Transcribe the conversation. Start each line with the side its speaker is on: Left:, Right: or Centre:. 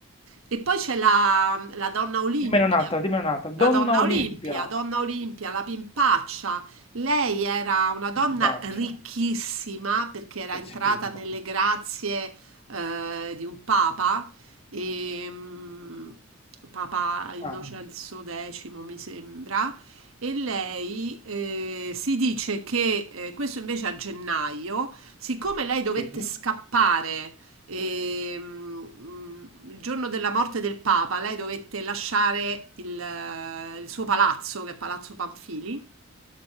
Right: E poi c'è la, la donna Olimpia,
Left: Dimmene un'altra, dimmene un'altra. Donna
Right: la donna
Left: Olimpia.
Right: Olimpia, donna Olimpia, la pimpaccia. Lei era una donna
Left: In pace.
Right: ricchissima perché era
Left: Che
Right: entrata
Left: schifo.
Right: nelle grazie eh, di un papa, e, mm, Papa Innocenzo
Left: Ah,
Right: X, mi sembra. E lei eh, si dice che eh, questo invece a gennaio, siccome lei dovette
Left: sì?
Right: scappare e, mm, il giorno della morte del Papa, lei dovette lasciare il, eh, il suo palazzo, che è Palazzo Panfili,